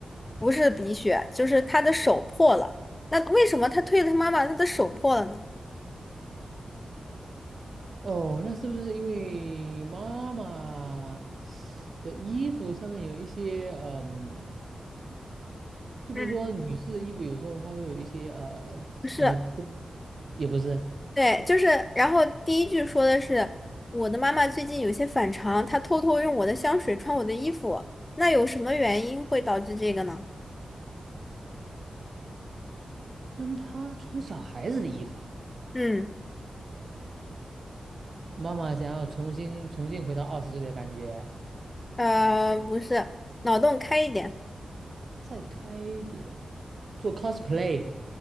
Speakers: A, on the left; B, on the right.
A: 不是鼻血，就是他的手破了。那为什么他推了他妈妈，他的手破了呢？
B: 哦，那是不是因为妈妈的衣服上面有一些嗯，就比如说女士的衣服，
A: 嗯，
B: 有时候它会有一些呃什么，
A: 不是，
B: 也不是，
A: 对，就是，然后第一句说的是我的妈妈最近有些反常，她偷偷用我的香水穿我的衣服，那有什么原因会导致这个呢？
B: 嗯，她穿小孩子的衣服啊，
A: 嗯，
B: 妈妈想要重新重新回到二十岁的感觉。
A: 呃，不是，脑洞开一点。
B: 再开一点，做 cosplay，